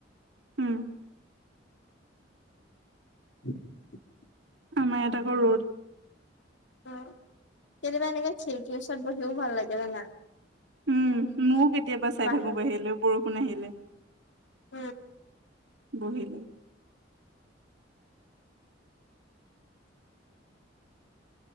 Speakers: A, on the right (about 70°); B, on the left (about 70°).
A: উম
B: <inaudible>
A: আমাৰ এয়াত আকৌ ৰ'দ
B: উম'। কেতিয়াবা এনেকে খেকিৰ ওচৰত বহিও ভাল লাগে জানা?
A: উম', ময়ো কেতিয়াবা চাই
B: বাহিৰত
A: থাকো বাহিয়লে বৰষুণ আহিলে।
B: <unintelligible>
A: বহিলে